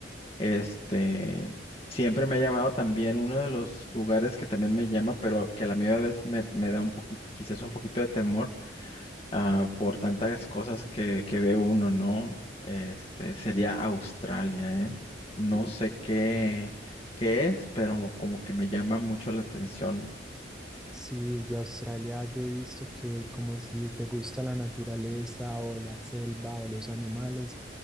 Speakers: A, on the left; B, in the centre.
A: Este, siempre me ha llamado también uno de los lugares que también me llama, pero que a la misma vez me, me da un poquito, quizás un poquito de temor, ah, por tantas cosas que, que ve uno, ¿no? Este, sería Australia, ¿eh? No sé qué, qué es, pero como que me llama mucho la atención.
B: Sí, de Australia yo he visto que como si te gusta la naturaleza o la selva o los animales,